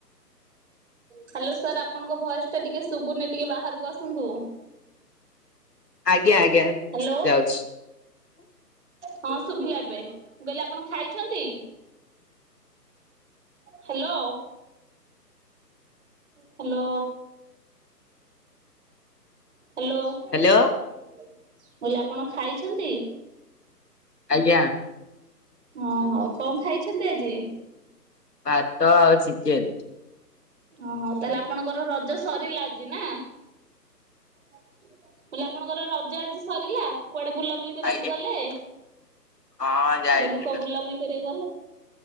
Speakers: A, on the right; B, on the left.
A: ହ୍ୟାଲୋ ସାର୍ ଆପଣଙ୍କ ଭଏସ ଟା ଟିକେ ସୁବୁନି ଟିକେ ବାହାରକୁ ଆସନ୍ତୁ।
B: ଆଜ୍ଞା ଆଜ୍ଞା
A: ହ୍ୟାଲୋ
B: ଯାଉଛି
A: ହଁ ଶୁଭିଲା ଏବେ, ମୁଁ କହିଲି ଆପଣ ଖାଇଛନ୍ତି? ହ୍ୟାଲୋ ହାଲୋ ହାଲୋ
B: ହ୍ୟାଲୋ
A: ମୁଁ କହିଲି ଆପଣ ଖାଇଛନ୍ତି?
B: ଆଜ୍ଞା।
A: ହଁ ହୋଉ କଣ ଖାଇଛନ୍ତି ଆଜି?
B: ଭାତ ଆଉ ଚିକେନ।
A: ଓହୋ ତାହେଲେ ଆପଣଙ୍କର ରଜ ସରିଲା ଆଜି ନା? ମୁଁ କହିଲି ଆପଣଙ୍କର ରଜ ଆଜି ସରିଲା କୁଆଡେ ବୁଲାବୁଲି କରିବାକୁ
B: ଆଜ୍ଞା
A: ଗଲେ?
B: ହଁ
A: ମୁଁ
B: ଯାଇଥିଲୁ
A: କହିଲି କୁଆ ବୁଲା ବୁଲି କରିବାକୁ ଗଲେ?